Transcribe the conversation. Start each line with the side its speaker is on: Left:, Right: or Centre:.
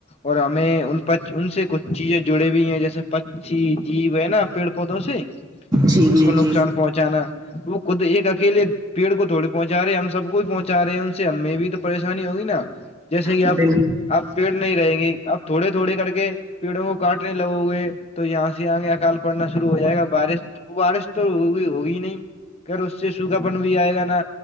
Left: اور ہمیں ان ان سے کچھ چیزیں جڑے بھی ہیں جیسے پچی جیب ہے ن پیڑ پودا سے
Right: جی
Left: ان
Right: جی
Left: کو نقصان
Right: جی
Left: پہنچانا وہ خود ایک اکیلے پیڑ کو تھوڑی پہنچا رہے ہم سب کو بھی پہنچا رہے ہیں ان سے ہمیں بھی تو پریشانی ہوگی نا جیسے کہ
Right: بالکل
Left: آپ آپ پیڑ نہیں رہیں گے اپ تھوڑے تھوڑے کر کے پیڑوں کو کاٹنے لگو گے تو یہاں سے آ گے اکال پڑنا شروع ہو جائے گا بارش بارش تو ہوئی ہوگی نہیں پھر اس سے سوکھا ن بھی آئے گا نا